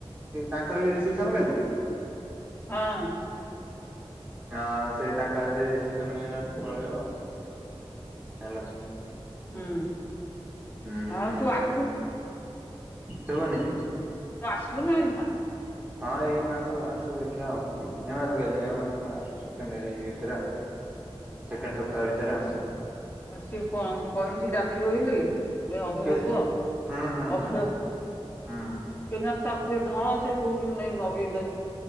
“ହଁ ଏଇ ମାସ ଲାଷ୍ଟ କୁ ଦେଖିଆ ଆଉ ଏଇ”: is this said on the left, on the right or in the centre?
Right